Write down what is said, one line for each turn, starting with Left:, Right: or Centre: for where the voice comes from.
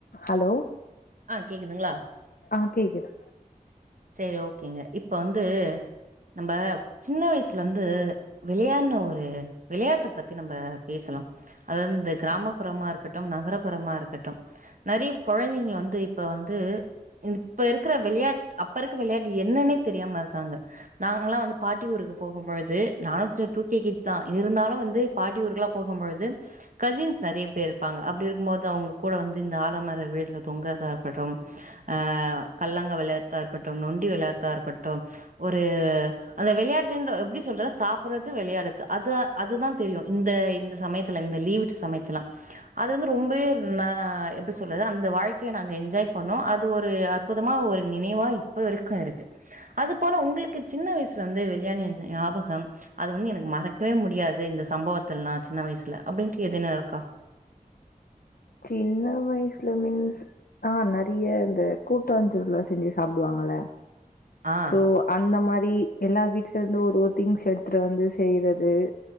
Left: ஹலோ
Right: ஆ கேக்குதுங்களா
Left: ஆ கேக்குது
Right: செரி ஓகேங்க இப்ப வந்து நம்ம சின்ன வயசுல வந்து விளையாட்ண்ன ஒரு விளையாட்ட பத்தி நம்ப பேசுலா அது இந்த கிராமப்புறமா இருக்கட்டு நகரபுறமா இருக்கட்டு நெறையப் கொழந்தைங்க வந்து இப்ப வந்து இப்ப இருக்குற விளையாட் அப்பருக்க வெளையாட்டு என்னன்னே தெரியாம இருக்காங்க நாங்கெல்லா வந்து பாட்டி ஊருக்கு போகுபொழுது நானு டூக்கே கிட்ஸ் தா இருந்தாலு வந்து பாட்டி ஊர்க்குளா போகுபொழுது கசின்ஸ்ஸு நெறைய பேர் இருப்பாங்க அப்டி இருக்கபோது அவுங்க கூட வந்து இந்த ஆலமர விழுதுல தொங்கறதா இருக்கட்டு ஆ கல்லாங்க வெளையாட்டுத்தா இருக்கட்டு நொண்டி வெளையாட்டுத்தா இருக்கட்டு ஒரு அந்த வெளையாட்டுன்ற எப்டி சொல்ற சாப்டுறது வெளையாடுறது அது அதுதா தெரியு இந்த இந்த சமயத் துல இந்த லீவுட் சமயத்துல்லா அது வந்து ரொம்பவே ஒரு நா எப்டி சொல்றது அந்த வாழ்க்கைய நாங்க என்ஜாய் பண்ணோ அது ஒரு அற் புதமா ஒரு நினைவா இப்ப வரைக்கு இருக்கு அது போல உங்களுக்கு சின்ன வயசுல வந்து வெளையாடின்ன ஞாபகோ அது வந்து எனக்கு மறைக்கவே முடியாது இந்த சம்பவத்துயெல்லா சின்ன வயசுல அப்டின்ட்டு எதுன இருக்கா
Left: சின்ன வயசுல மீன்ஸ் ஆ நெறைய இந்த கூட்டாஞ்சொருல்லா செஞ்சு சாப்டுவாங்கல
Right: ஆ
Left: சோ அந்த மாரி எல்லார்வீட்ல இருந்து ஒரு ஒரு திங்ஸ் எடுத்துட்டு வந்து செய்றது